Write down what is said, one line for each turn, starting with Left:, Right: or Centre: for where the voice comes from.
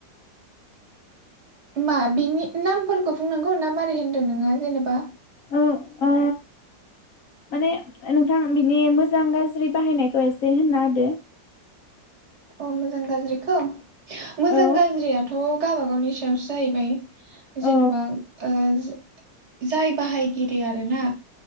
Right: मा बिनि नामफोरखौ बुंनांगौ ना मारै होनदों नोङो जेनेबा।
Left: ओ ओ माने नोंथां बिनि मोजां गाज्रि बाहायनायखौ एसे होनना होदो?
Right: अ मोजां गाज्रिखौ मोजां
Left: औ
Right: गाज्रियाथ' गावबागावनि सायावसो जाहैबाय। जेनेबा
Left: औ
Right: ओ <unintelligible> जाय बाहायगिरि आरोना